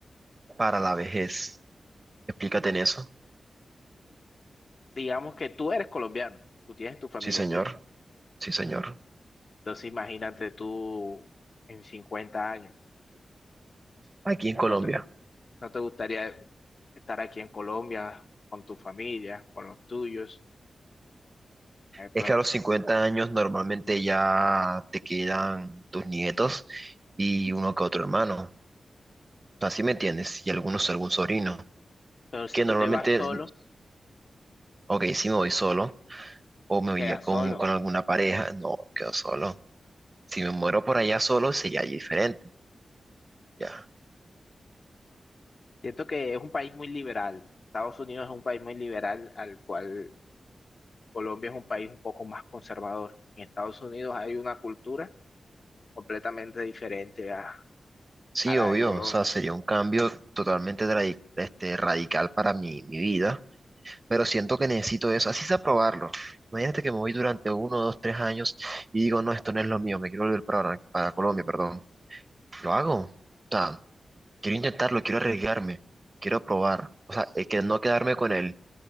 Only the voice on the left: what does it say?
O s-
digamos que tú eres colombiano, tú tienes tu familia
aquí.
Entonces, imagínate tú en 50 años.
¿No te, no te gustaría estar aquí en Colombia con tu familia, con los tuyos, de pronto?
Pero si
tú
te vas solo,
quedas
solo.
Siento que es un país muy liberal. Estados Unidos es un país muy liberal al cual Colombia es un país un poco más conservador. En Estados Unidos hay una cultura completamente diferente a,
a la
de Colombia.